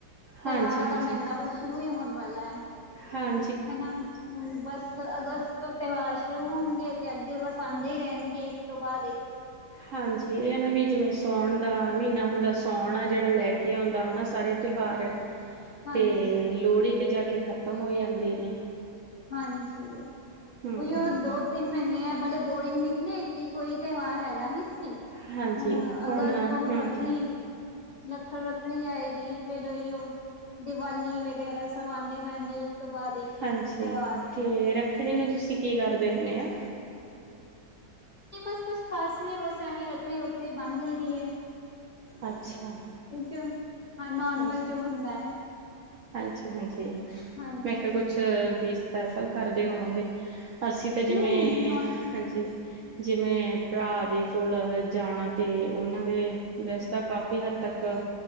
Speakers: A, on the left; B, on the right.
A: ਤਿਉਵਾਰਾ
B: ਹਾਂਜੀ
A: ਦਾ
B: ਹਾਂਜੀ
A: ਮੇਹਨਾ ਬਸ ਸ਼ੁਰੂ ਹੀ ਹੋਣ ਵਾਲਾ ਐ।
B: ਹਾਂ
A: ਹਨਾ ਹੁਣ ਬਸ ਅਗਸ ਤੇ ਤਿਉਹਾਰ ਸ਼ੁਰੂ ਹੋਣਗੇ ਤੇ ਅੱਗੇ ਬਸ ਆਂਦੇ ਈ ਰਹਿਣਗੇ ਇੱਕ ਤੋਂ ਬਾਅਦ ਇੱਕ
B: ਹਾਂਜੀ ਇਹ ਨਾ ਵੀ ਜਿਵੇਂ ਸਾਉਣ ਦਾ ਮਹੀਨਾ ਹੁੰਦਾ ਸਾਉਣ ਆ ਜਿਹੜਾ ਲੈ ਕੇ ਆਉਂਦਾ ਹਨਾ ਸਾਰੇ ਤਿਉਹਾਰ।
A: ਹਾਂਜੀ
B: ਤੇ ਲੋਹੜੀ ਤੇ ਜਾ ਕੇ ਖ਼ਤਮ ਹੋ ਜਾਂਦੇ ਨੇ।
A: ਹਾਂਜੀ,
B: ਹਮ
A: ਉਈ ਉਹ ਦੋ ਤਿੰਨ ਮਹੀਨੇ ਆ ਬਲੇ ਬੋਰਿੰਗ ਨੇ ਲੇ ਕਿ ਕੋਈ ਤਿਉਹਾਰ ਹੈਗਾ ਨੀ ਸੀ,
B: ਹਾਂਜੀ
A: ਹੁਣ ਅਗਸਤ ਹੁਣ
B: ਹਮ
A: ਰੱਖੜੀ ਰੱਖੜ ਰੱਖਣੀ ਆਏਗੀ ਫੇਰ ਉਹੀਓ, ਦੀਵਾਲੀ ਵਗੈਰਾ ਸਭ ਆਂਦੇ ਜਾਂਣਗੇ ਸਭ ਇੱਕ ਤੋਂ ਬਾਅਦ ਇੱਕ
B: ਹਾਂਜੀ
A: ਤਿਉਹਾਰ
B: ਤੇ ਰੱਖੜੀ ਨੂੰ ਤੁਸੀਂ ਕੀ ਕਰਦੇ ਹੁਨੇ ਔ?
A: ਬਸ ਕੁੱਛ ਖਾਸ ਨੀ ਬਸ ਐਵੇਂ ਰੱਖੜੀ ਵੱਖੜੀ ਬੰਦ ਲਈ ਦੀ ਏ।
B: ਅੱਛਾ,
A: ਤੇ ਜੋ, ਹਾਂ ਨੋਰਮਲ
B: ਹਾਂਜੀ
A: ਜੋ ਹੁੰਦਾ ਐ।
B: ਹਾਂਜੀ ਹਾਂਜੀ,
A: ਹਾਂਜੀ
B: ਮੈਂ ਕਿਹਾ ਕੁਛ ਵੀ ਸਪੈਸ਼ਲ ਕਰਦੇ ਹੋਵੋਗੇ। ਅਸੀਂ ਤਾਂ
A: ਨਹੀਂ
B: ਜਿਵੇਂ
A: ਨਹੀਂ ਨੋਰਮਲ
B: ਹਾਂਜੀ। ਜਿਵੇਂ ਭਰਾ ਦੇ ਕੋਲ ਜਾਣਾ ਤਾਂ ਉਹਨਾਂ ਦੇ ਵੈਸੇ ਕਾਫ਼ੀ ਹੱਦ ਤੱਕ